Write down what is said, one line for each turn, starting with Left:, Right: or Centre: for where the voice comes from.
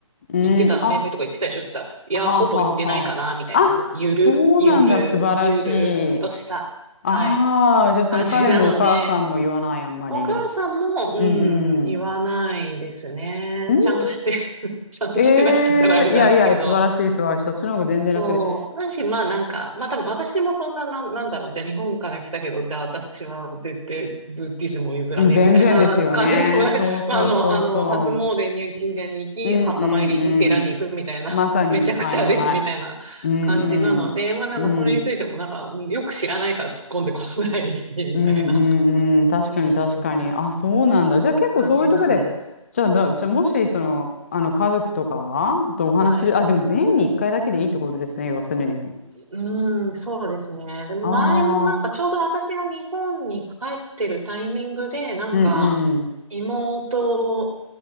Left: うん。
Right: 行ってたね、
Left: うん。あ、
Right: 礼拝とか行ってたでしょって言ったら、いやー、
Left: はあはあはあ。
Right: ほぼ行ってないかな、みたいな感じで、
Left: あ、
Right: ゆる、
Left: そうなんだ。
Right: ゆる、
Left: 素晴らしい。
Right: ゆるっとした、
Left: ああ、
Right: はい、
Left: じゃあその彼のお母さんも言わない、
Right: 感じなので、
Left: あんまり。
Right: お母さんも、うん、
Left: うんうん。
Right: 言わないですね。
Left: うん
Right: ちゃんとして、<laughs> ちゃんとしてないって言ったらあれなんですけど。
Left: ええいやいや、素晴らしい、素晴らしい。そっちの方が全然楽で。
Right: そう。だし、まあなんか、まあ多分私もそんな、なん、なんだろう、じゃあ日本から来たけど、じゃあ私は絶対ブッディズムを譲らねえみたいな感じでもない。
Left: うん、全然ですよね。そうそうそうそ
Right: <laughs> まああの、あの、初詣に神社に行き、
Left: う。うんうんうん。
Right: 墓参りに寺に行くみたいな、
Left: まさに、
Right: <laughs> めちゃくちゃですみたいな感じなので、
Left: はいはい。うん
Right: まあなんかそれについてもなんか、
Left: うん。うん。
Right: うんよく知らないから突っ込んでこないし、みたいな。
Left: うんうんうん。確かに確かに。
Right: うん。
Left: あ、そうなんだ。
Right: そう、
Left: じゃあ結構そういうとこで、
Right: 感じなんで。
Left: じゃあ、なじゃあもし、その、あの、家族とかとお話しする、
Right: はい。
Left: あ、でも年に1回だけでいいってことですね、要するに。
Right: うーん、そうですね。で、前もなんかちょうど私が日本に帰ってるタイミングで、
Left: ああ、
Right: なんか妹、
Left: うんうん。